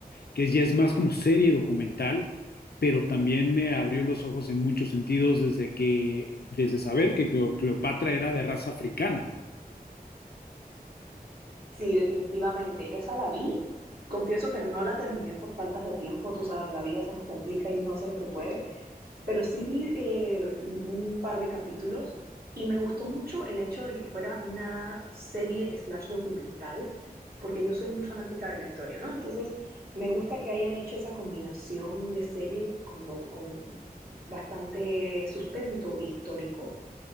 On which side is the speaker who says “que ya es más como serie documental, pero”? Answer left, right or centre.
Left